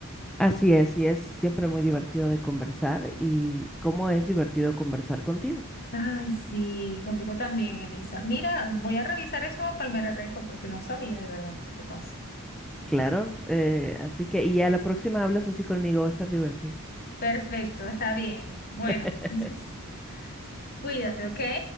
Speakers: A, in the centre; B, on the left.
A: Así es, y es siempre muy divertido de conversar y cómo es divertido conversar contigo.
B: Ay, sí, contigo también, Elisa. Mira, voy a revisar eso de Palmera Record porque no sabía de verdad qué te pasa.
A: Claro, eh, así que, y a la próxima hablas así conmigo, va a estar divertido.
B: Perfecto, está bien. Bueno,
A: <laughs>
B: entonces, cuídate, ¿ok?